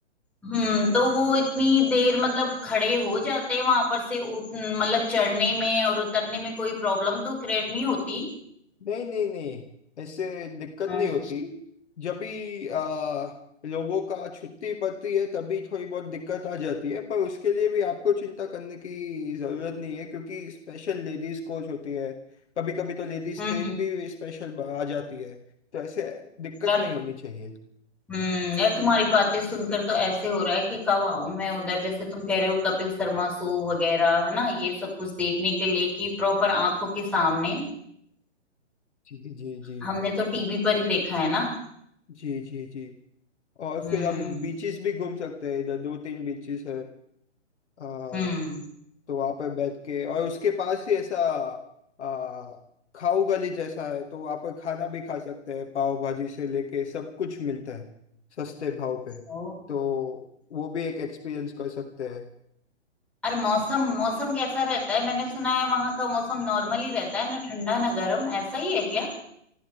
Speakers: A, in the centre; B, on the left.
A: हम्म तो वो इतनी देर मतलब खड़े हो जाते हैं वहां पर से उठ मतलब चढ़ने में और उतरने में कोई प्रॉब्लम तो क्रिएट नहीं होती
B: नहीं नहीं नहीं ऐसे दिक्कत
A: हम्म
B: नहीं होती जब भी आ, लोगों का छुट्टी पड़ती है तभी थोड़ी बहुत दिक्कत आ जाती है पर उसके लिए भी आपको चिंता करने की जरूरत नहीं है क्योंकि स्पेशल लेडीज कोच होती है कभी कभी तो लेडीज
A: हम्म
B: ट्रेन भी स्पेशल आ जाती है तो ऐसे दिक्कत
A: यार
B: नहीं होनी चाहिए
A: हम्म यार तुम्हारी बातें सुनकर तो ऐसे हो रहा है कि कब आऊं मैं उधर जैसे तुम कह रहे हो कपिल शर्मा शो वगैरह है ना ये सब कुछ देखने के लिए कि प्रॉपर आंखों के सामने
B: जी जी जी
A: हमने तो टीवी पर ही देखा है ना
B: जी जी जी और
A: हम्म
B: फिर हम बीचेस भी घूम सकते हैं इधर दो तीन बीचेस है
A: हम्म
B: तो वहां पे बैठ के और उसके पास ही ऐसा आ, खाओ गली जैसा है तो वहां पर खाना भी खा सकते हैं पाव भाजी से लेके सब कुछ मिलता है सस्ते भाव पे
A: ओ
B: तो वो भी एक एक्सपीरियंस कर सकते हैं
A: और मौसम मौसम कैसा रहता है मैंने सुना है वहां का मौसम नॉर्मल ही रहता है ना ठंडा ना गर्म ऐसा ही है क्या